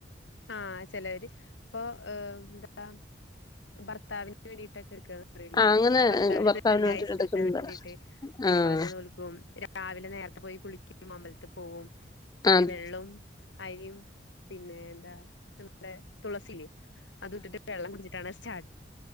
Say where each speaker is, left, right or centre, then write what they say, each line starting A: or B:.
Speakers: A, on the left; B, on the left.
A: ആഹ് ചെലവര് ഇപ്പൊ ഏ എന്താ ഭർത്താവിന് വേണ്ടിട്ടൊക്കെ എ ട്ക്കാ പറയൂല്ലെ
B: ആഹ് അങ്ങനെ
A: ഭർത്താവിന്റെ
B: ഭർത്താവിന്
A: ദീർഘായുസ്സ്
B: വേണ്ടിട്ട് എടുക്കുന്നത്
A: കിട്ടാൻ വേണ്ടീട്ട് തിരുവാതിര
B: ആഹ്
A: നോല്ക്കും രാവിലെ നേരത്തെ പോയി കുളിക്കും മമ്പൽത്ത് പോവും പിന്നെ
B: ആഹ്
A: വെള്ളും അരിം പിന്നെ എന്താ നമ്മടെ തുളസി ലെ അത് ഇട്ടിട്ട് വെള്ളം കുടിച്ചിട്ടാണ് സ്റ്റാർ